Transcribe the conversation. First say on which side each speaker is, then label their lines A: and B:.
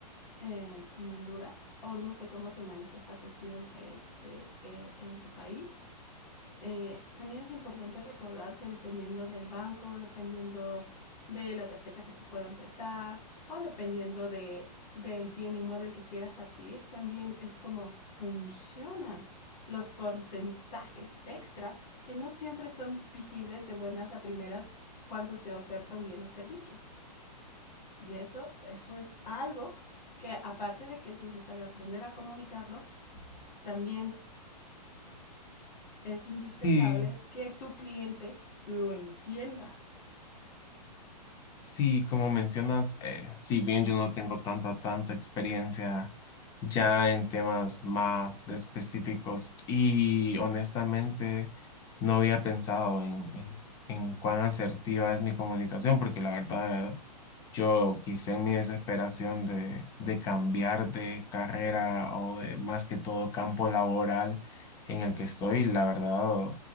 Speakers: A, on the left; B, on the left.
A: eh, en Honduras, o no sé cómo se maneja esta cuestión este, eh, en tu país, eh, también es importante recordar que dependiendo del banco, dependiendo de la tarjeta que te puedan prestar o dependiendo de, del bien inmueble que quieras adquirir, también es como funcionan los porcentajes extra que no siempre son visibles de buenas a primeras cuando se oferta un bien o servicio. Y eso, eso es algo que aparte de que es necesario aprender a comunicarlo, también es indispensable
B: Sí,
A: que tu cliente lo entienda.
B: sí, como mencionas, eh, si bien yo no tengo tanta, tanta experiencia ya en temas más específicos y honestamente no había pensado en, en en cuán asertiva es mi comunicación, porque la verdad Yo quizá en mi desesperación de, de cambiar de carrera o de más que todo campo laboral en el que estoy, la verdad,